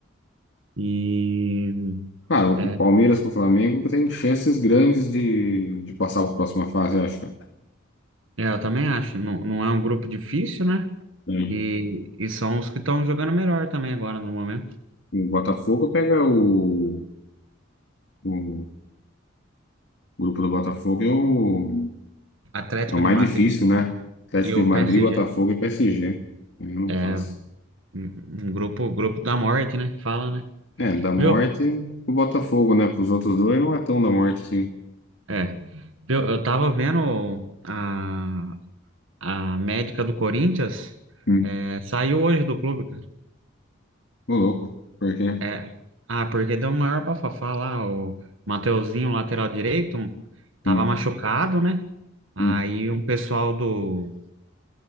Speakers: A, on the right; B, on the left.
A: E
B: Cara, o
A: é,
B: o Palmeiras com o Flamengo tem chances grandes de, de passar para a próxima fase, eu acho, cara.
A: eu também acho, não, não é um grupo difícil, né?
B: Sim.
A: E, e são os que estão jogando melhor também agora no momento.
B: O Botafogo pega o, o grupo do Botafogo e é o
A: Atlético
B: É o mais
A: de Madrid
B: difícil, né? Atlético
A: e o
B: de Madrid,
A: PSG.
B: Botafogo e PSG. Eu não
A: É
B: faço.
A: um um grupo, grupo da morte, né? que Fala, né?
B: É, da morte,
A: Viu?
B: o Botafogo, né? Para os outros dois não é tão da morte assim.
A: É. Eu, eu tava vendo a, a médica do Corinthians,
B: Hum.
A: é, saiu hoje do clube, cara.
B: Ô, louco. Por quê?
A: É. Ah, porque deu o maior bafafá lá, o Mateuzinho, lateral direito, tava
B: Hum,
A: machucado, né? Aí
B: hum.
A: um pessoal do,